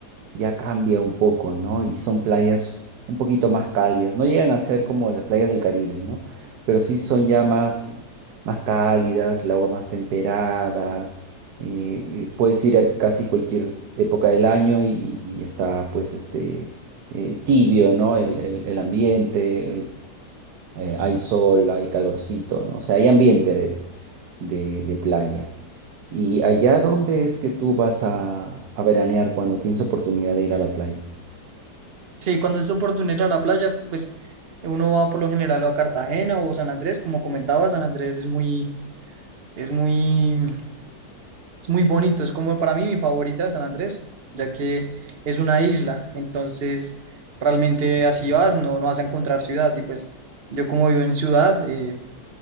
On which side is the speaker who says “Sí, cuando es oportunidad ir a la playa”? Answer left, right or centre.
Right